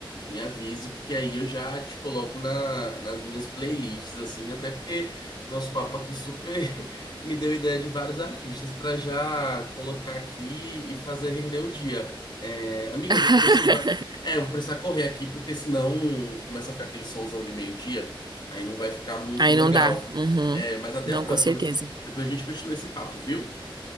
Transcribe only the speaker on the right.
<laughs>
Aí
não dá. Uhum.
Não,
com certeza.